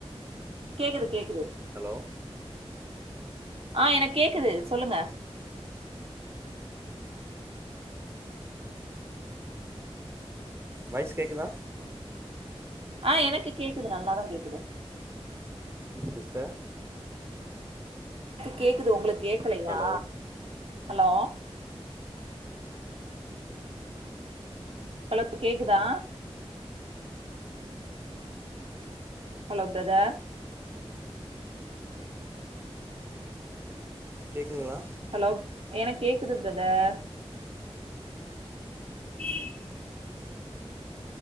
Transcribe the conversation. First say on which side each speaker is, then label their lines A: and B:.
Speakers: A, on the right; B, on the right.
A: கேக்குது கேக்குது
B: ஹலோ
A: ஆ எனக்கு கேக்குது சொல்லுங்க
B: வாய்ஸ் கேக்குதா
A: ஆ எனக்கு கேக்குது நல்லாதான் கேக்குது
B: சிஸ்டர்
A: எனக்கு கேக்குது உங்களுக்கு கேக்கலையா
B: ஹலோ
A: ஹலோ ஹலோ கேக்குதா ஹலோ பிரதர்
B: கேக்குதுங்களா
A: ஹலோ எனக்கு கேக்குது பிரதர் உஹம்